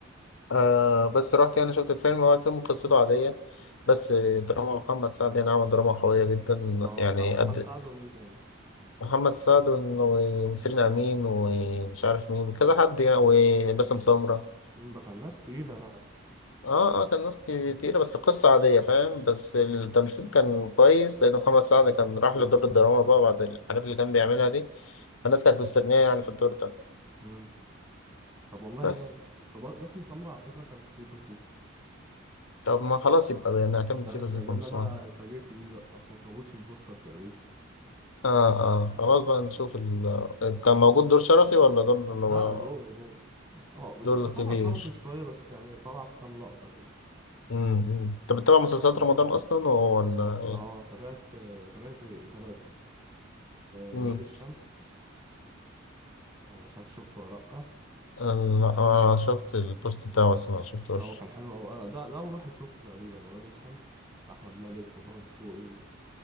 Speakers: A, on the left; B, on the right.
A: آه بس رحت يعني شفت الفيلم هو الفيلم قصته عاديه بس دراما محمد سعد يعني عمل دراما قويه جدا
B: ده
A: يعني
B: بتاع محمد
A: قد
B: سعد ومين تاني
A: محمد سعد ون- ونسرين امين ومش عارف مين كذا حد يعني وباسم
B: مم.
A: سمره
B: مم، ده كان ناس تقيله يعني
A: اه اه كان ناس كتيرة بس قصة عادية فاهم بس التمثيل كان كويس لأن محمد سعد كان راح لدور الدراما بقى بعد الحاجات اللي كان بيعملها دي فالناس كانت مستنياه يعني في الدور ده
B: مم. طب والله
A: بس
B: جامد طب باسم سمرة على فكره كان في سيكو سيكو
A: طب ما خلاص يبقى ده يعني نعتمد
B: ده
A: سيكو
B: ده,
A: سيكو
B: ده اللي
A: مسمار
B: انا اتفاجئت بيه بقى اصل مش موجود في البوستر تقريبا
A: اه اه خلاص بقى نشوف ال... آه، كان موجود دور شرفي ولا دور اللي
B: ده
A: هو
B: دور دور هو
A: دور
B: يعتبر
A: كبير
B: شرفي شويه بس يعني طلع في كام لقطه كده
A: امم انت بتتابع مسلسلات رمضان أصلا ولا ايه؟
B: اه تابعت تابعت ثلاثة
A: امم
B: ولاد الشمس آه، مش عارف شفته ولا لأ
A: انا أنا شفت البوست بتاعه بس ما شفتوش
B: ده هو كان حلو أوي آه، ده ده أول واحد شفته تقريبا ولاد الشمس أحمد مالك وطه دسوقي